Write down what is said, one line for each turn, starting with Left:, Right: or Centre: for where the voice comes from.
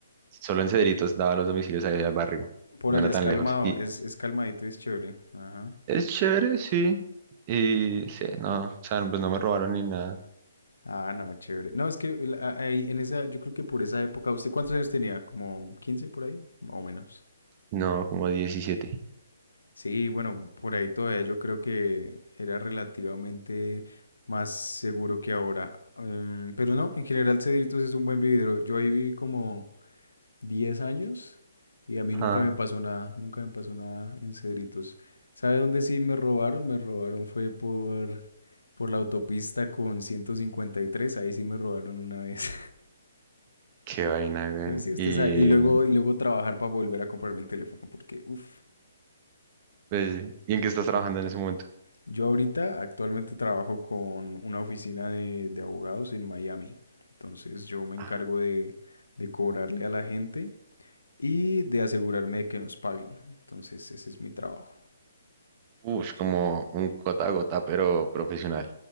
Right: solo en Cederitos daba los domicilios ahí al barrio,
Left: Por
Right: no
Left: allá
Right: era tan
Left: es calmado,
Right: lejos, y
Left: es, es calmadito, es chévere. Ajá.
Right: es chévere, sí, y sí, no, o sea, pues no me robaron ni nada,
Left: Ah, no, chévere. No, es que la- a- ahí en esa, yo creo que por esa época, ¿usted cuántos años tenía? ¿Como 15 por ahí? Más o menos.
Right: no, como diecisiete
Left: Sí, bueno, por ahí todavía yo creo que era relativamente más seguro que ahora. Em, pero no, en general Cedritos es un buen vividero. Yo ahí viví como 10 años y a mí
Right: Ah,
Left: nunca me pasó nada, nunca me pasó nada en Cedritos. ¿Sabe dónde sí me robaron? Me robaron fue por, por la autopista con 153, ahí sí me robaron una vez. <laughs>
Right: qué vaina, güey.
Left: Pero sí, usted
Right: Y,
Left: sabe. Y luego, y luego trabajar para volver a comprarme el teléfono porque, uff.
Right: pues, ¿y en qué estás trabajando en ese momento?
Left: Yo ahorita actualmente trabajo con una oficina de, de abogados en Miami. Entonces yo me encargo
Right: Ah,
Left: de, de cobrarle a la gente y de asegurarme de que nos paguen. Entonces ese es mi trabajo.
Right: Uf, como un gota a gota, pero profesional.